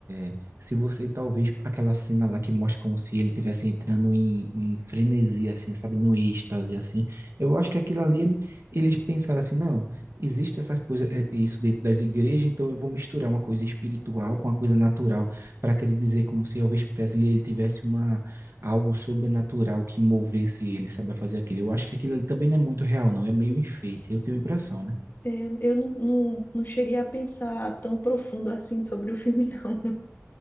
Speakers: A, on the right; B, on the left.
A: é, se você talvez aquela cena lá que mostra como se ele estivesse entrando em, em frenesi, assim, sabe, no êxtase, assim, eu acho que aquilo ali é- eles pensaram assim, não, existe essa coisa, é- é isso dentro das igrejas, então eu vou misturar uma coisa espiritual com uma coisa natural, para querer dizer como se Elvis Presley ele tivesse uma algo sobrenatural que movesse ele, sabe, a fazer aquilo. Eu acho que aquilo ali também não é muito real, não, é meio enfeite, eu tenho a impressão, né?
B: É, eu não, não, não cheguei a pensar tão profundo assim sobre o filme, não. <laughs>